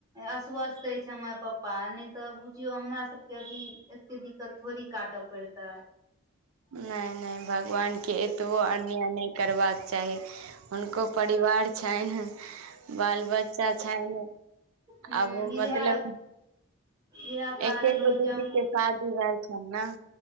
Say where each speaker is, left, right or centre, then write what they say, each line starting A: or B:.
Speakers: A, on the right; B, on the right.
A: अस्वस्थ अछिय छै हमर पप्पा नहि तऽ बुझियौ हमरा सबके अभी एते दिक्कत थोड़ी क काटअ परत
B: नहि नहि भगवान के एतबो अन्याय नहि करबाक चाही हुनको परिवार छनि बाल बच्चा छइन
A: हूँ
B: आब
A: इएह
B: मतलब
A: इएह कारण
B: एकेगो
A: हो
B: दीदी
A: जे हम
B: के शादी रहल छै नह